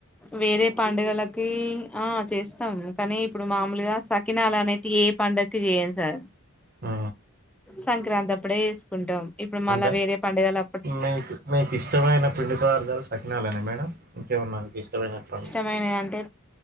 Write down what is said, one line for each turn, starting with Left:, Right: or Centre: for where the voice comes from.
Centre: వేరే పండగలకి ఆ చేస్తాము కానీ ఇప్పుడు మామూలుగా సకినాలు అనేటీయి ఏ పండకి చేయం సార్
Right: ఆ
Centre: సంక్రాంతి అప్పుడే చేసుకుంటాం ఇప్పుడు మళ్ళ
Right: అంటే
Centre: వేరే పండగలు
Right: మీకు మీకు ఇష్టమైన పిండిపదార్థాలు సకినాలేన మేడం ఇంక ఏమైనా మీకు ఇష్టమైన అప్పులు
Centre: ఇష్టం అయినాయి అంటే